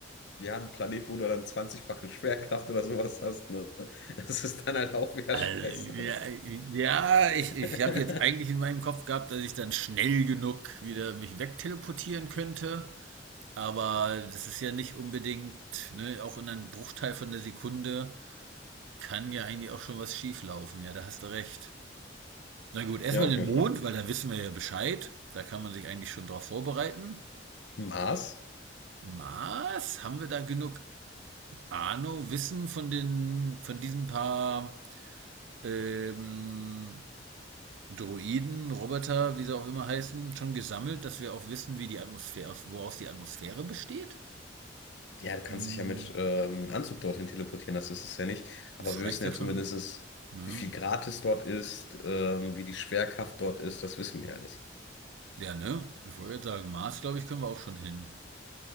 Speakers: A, on the left; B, on the right.
A: ja, ein Planet, wo du dann 20-fache Schwerkraft oder sowas hast, ne? Das ist dann halt auch wieder
B: Also,
A: scheiße.
B: ja, ja
A: <laughs>
B: ich, ich habe jetzt eigentlich in meinem Kopf gehabt, dass ich dann schnell genug wieder mich wegteleportieren könnte. Aber das ist ja nicht unbedingt, ne, auch in einem Bruchteil von der Sekunde kann ja eigentlich auch schon was schief laufen Ja, da hast du recht. Na gut, erstmal
A: Ja, auf
B: den
A: jeden
B: Mond,
A: Fall.
B: weil da wissen wir ja Bescheid. Da kann man sich eigentlich schon drauf vorbereiten.
A: Mars?
B: Mars, haben wir da genug Ahnung, Wissen von den, von diesen paar ähm, Droiden, Roboter, wie sie auch immer heißen, schon gesammelt, dass wir auch wissen, wie die Atmosphäre, woraus die Atmosphäre besteht?
A: Ja, du kannst
B: Hm,
A: dich ja mit ähm, Anzug dorthin teleportieren, das ist es ja nicht. Aber
B: Das
A: wir
B: reicht
A: wissen ja
B: ja
A: zumindest,
B: schon. Ne?
A: wie viel Grad es dort ist, ähm, wie die Schwerkraft dort ist, das wissen wir alles.
B: Ja, ne? Ich wollte jetzt sagen, Mars, glaube ich, können wir auch schon hin.